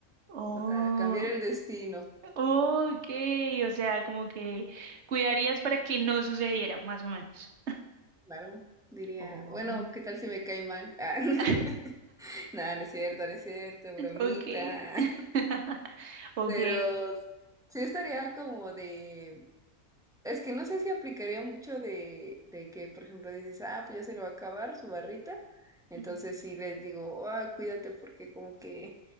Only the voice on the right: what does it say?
Oh,
ok, o sea, como que cuidarías para que no sucediera, más o menos.
Oh.
<laughs>
Okay, <laughs>
Ok.
Ujú.